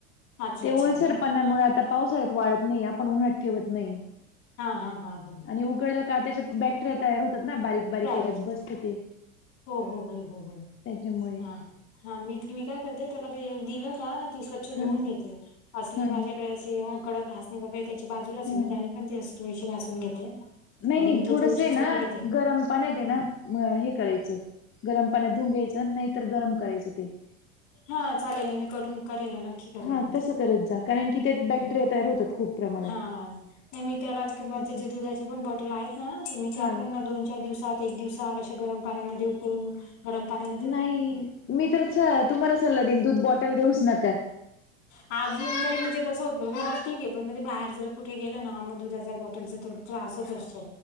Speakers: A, on the left (about 60°); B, on the left (about 30°).
A: अच्छा
B: ते
A: अच्छा
B: ओलसर पणामुळे,, आता पावसाळ्यात वाळत नाही आपण उन्हात ठेवत नाही.
A: हा हा हा हा!
B: आणि उकळलं का, त्याच्यात बॅक्टेरिया तयार होतात ना बारीक. बारीक
A: तयार
B: याच्यात
A: व्हायचं
B: बसत ते
A: हो हो हो हो हो
B: त्याच्यामुळे
A: हा! हा मी मी काय करते त्याला ते दिलं का, ती स्वच्छ धुवून
B: हा
A: घेते असली
B: हा
A: माझ्या कडे असे कडक घासणी वगैरे त्याची बाजूलाच
B: हा
A: हे, मी त्याने पण ती असं थोडीशी घासून घेते.
B: नही
A: आणि
B: नही
A: मग ते
B: थोडस
A: थोडीशी
B: हे
A: सुकू
B: ना
A: देते
B: गरम पाण्यात हे ना हे करायचं, गरम पाण्यात धुन घ्यायचं, नाहीतर गरम करायचं ते.
A: हा चालेल ना मी करून करेल ना. नक्की करेल
B: हा
A: मी
B: तसं
A: ते
B: करत जा, कारन की त्यात
A: हम्म.
B: बॅक्टेरिया तयार होतात खूप प्रमाणात.
A: हा नाही मी त्याला किंवा
B: तस
A: त्याचे दुधाचे पण बॉटल आहेत ना, तर मी त्या
B: हा
A: पण दोन, चार दिवसात एक दिवसा आड, अशा गरम पाण्यामध्ये उकळून गरम पाण्या
B: नाही मी तर तुम्हाला चं सल्ला दिन दूध बॉटल देऊच नका.
A: अजून काही म्हणजे कसं होतं घरात ठीक हे, पण मध्ये बाहेर जर कुठे गेलं ना, म दुधाच्या बॉटलचा थोडा त्रासच असतो.